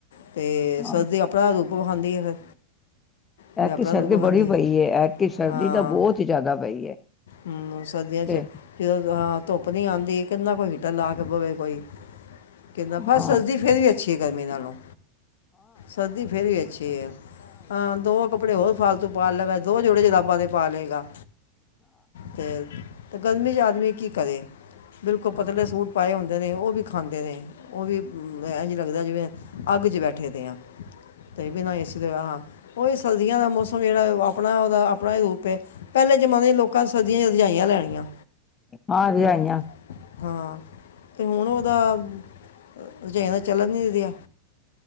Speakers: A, on the left (about 60°); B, on the left (about 20°).
A: ਅਤੇ
B: ਹਾਂ
A: ਸਰਦੀ ਆਪਣਾ ਰੂਪ ਵਿਖਾਂਦੀ ਹੈ ਫਿਰ। ਫਿਰ
B: ਐਦਕੀ
A: ਆਪਣਾ
B: ਸਰਦੀ
A: ਰੂਪ ਵਿਖਾਉਂਦੀ
B: ਬੜੀ ਪਈ ਹੈ। ਸਰਦੀ
A: ਹਾਂ
B: ਤਾਂ ਬਹੁਤ ਹੀ ਜ਼ਿਆਦਾ ਪਈ ਹੈ
A: ਹਮ ਸਰਦੀਆਂ
B: ਤੇ
A: ਚ ਜਦੋਂ ਹਾਂ ਧੁੱਪ ਨੀ ਆਉਂਦੀ। ਕਿੰਨਾ ਕੋਈ ਹੀਟਰ ਲਾ ਕੇ ਪਵੇ ਕੋਈ ਕਿੰਦਾ ਪਰ
B: ਹਾਂ
A: ਸਰਦੀ ਫੇਰ ਵੀ ਅੱਛੀ ਹੈ ਗਰਮੀ ਨਾਲੋਂ। ਸਰਦੀ ਫੇਰ ਵੀ ਅੱਛੀ ਆ ਹਾਂ ਦੋ ਕੱਪੜੇ ਹੋਰ ਫਾਲਤੂ ਪਾ ਲਵੋ। ਬੜੇ ਜਰਾਬਾਂ ਤੇ ਪਾ ਲਏਗਾ ਤੇ। ਗਰਮੀ ਚ ਆਦਮੀ ਕੀ ਕਰੇ ਬਿਲਕੁਲ ਪਤਲੇ ਸੂਟ ਪਾਏ ਹੁੰਦੇ ਨੇ ਉਹ ਵੀ ਖਾਂਦੇ ਨੇ। ਉਹ ਵੀ ਇਜ ਲੱਗਦਾ ਜਿਵੇਂ ਅੱਗ ਚ ਬੈਠੇ ਦੇ ਆ। ਬਿਨਾਂ ਇਸ ਹਾਂ ਉਹਹੀ ਸਰਦੀਆਂ ਦਾ ਮੌਸਮ ਜਿਹੜਾ ਆਪਣਾ ਉਹਦਾ ਆਪਣਾ ਹੀ ਰੂਪ ਹੈ। ਪਹਿਲੇ ਜਮਾਨੇ ਲੋਕਾਂ ਸਰਦੀਆਂ ਰਜਾਈਆ ਲੈਣੀਆਂ।
B: ਹਾਂ ਰਜਾਈਆਂ
A: ਹਮ ਹਾਂ ਤੇ ਹੁਣ ਉਹਦਾ। ਰਜਾਈ ਤਾਂ ਚੱਲਣ ਨਹੀਂ ਰਿਹਾ।